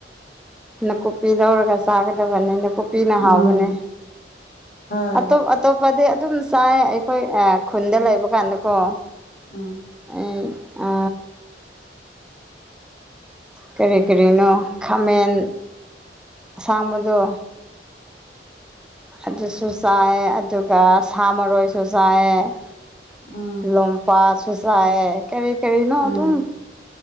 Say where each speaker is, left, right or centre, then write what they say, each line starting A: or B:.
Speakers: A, in the centre; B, on the left.
A: ꯅꯥꯀꯨꯞꯄꯤ ꯂꯧꯔꯒ ꯆꯥꯒꯗꯕꯅꯤ ꯅꯥꯀꯨꯞ ꯄꯤꯅ
B: ꯎꯝ
A: ꯍꯥꯥꯎꯕꯅꯦ
B: ꯍꯣꯏ
A: ꯑꯣ ꯑꯇꯣꯞꯄꯗꯤ ꯑꯗꯨꯝ ꯆꯥꯏ ꯑꯩꯈꯣꯏ ꯈꯨꯟꯗ ꯂꯩꯕ ꯀꯥꯟꯗꯀꯣ
B: ꯑꯥ
A: ꯑꯩ ꯑ ꯀꯔꯤ ꯀꯔꯤꯅꯣ ꯈꯥꯃꯦꯟ ꯑꯁꯥꯡꯕꯗꯣ ꯑꯗꯨꯁꯨ ꯆꯥꯏ ꯑꯗꯨꯒ ꯁꯥ ꯃꯔꯣꯏꯁꯨ ꯆꯥꯏ
B: ꯎꯝ
A: ꯂꯣꯄꯥ ꯁꯨꯁꯥꯏ ꯀꯔꯤ ꯀꯔꯤꯅꯣ
B: ꯎꯝ
A: ꯑꯗꯨꯝ